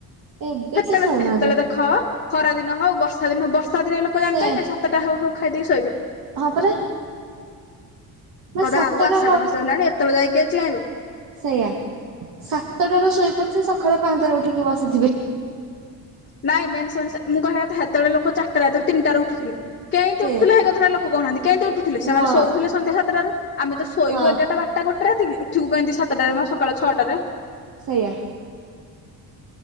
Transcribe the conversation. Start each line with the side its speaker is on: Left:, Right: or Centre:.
Right: ଏବେ
Left: ହେତେଳେ-ହେତେଳେ
Right: କିଏ ଶୋଉନାହାନ୍ତି
Left: ଦେଖ ଖରା ଦିନ ହଉ ବର୍ଷା ଦିନ ବର୍ଷ ର୍ଷା ଦିନିଆ ଲୋକ ଜାଣିଚ
Right: ସେ
Left: କି ନାଇଁ ସାତଟା ହଉ-ହଉ ଖାଇଦେଇକି ଶୋଇବେ।
Right: ହଁ ପରା ମାନେ
Left: କଇଁବେ
Right: ସାତଟା
Left: ଆଉ ଆଷାଢ଼ ମାସ ହେଲାଣି ଏତେବେଳେ ଯାଏ କିଏ ଚେଇଁବ।
Right: ସେୟା ସାତଟାରୁ ଶୋଇପଡ଼ିଥିବେ ସଖାଳେ ପାହାନ୍ତାରେ ଉଠିକି ବସିଥିବେ।
Left: ନାଇ ମେନ୍ ସେମାନେ ସେ ମୁଁ କହିବା କଥା ହେତେବେଳେ ଲୋକ ଚାରିଟା ରାତିରୁ ତିନିଟା ରୁ ଉଠୁଥିଲେ କେଇଁତି
Right: ସେ
Left: ଉଠୁଥୁଲେ ହେ କଥାଟା ଲୋକ କହୁନାହାନ୍ତି କେମିତି ଉଠୁଥିଲେ ସେମାନେ
Right: ହଁ
Left: ଶୋଉଥିଲେ ସନ୍ଧ୍ୟା ସାତଟରୁ ଆମେତ ଶୋଇବୁ
Right: ହଁ
Left: ଏଗାରଟା ବାରଟା ଗୋଟେ ରାତିକି ଉଠିବୁ କେମିତି ସାତଟାରେ ମ ସକାଳ ଛଅଟାରେ।
Right: ସେଇଆ।